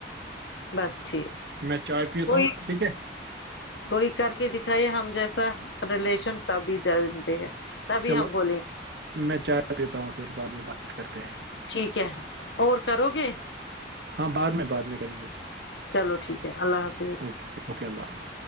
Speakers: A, on the left; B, on the right.
A: بس ٹھیک
B: میں چائے پیتا
A: کوئی
B: ہوں ٹھیک ہے
A: کوئی کر کے دکھائیے ہم جیسا ریلیشن تبھی جانتے ہیں تبھی
B: چلو
A: ہم بولیں گے
B: میں چائے پیتا ہوں پھر بعد میں بات کرتے ہیں
A: ٹھیک ہے اور کرو گے
B: ہاں بعد میں بات میں کریں گے
A: چلو ٹھیک ہے اللہ حفظ
B: اوکے اوکے اللہ حافظ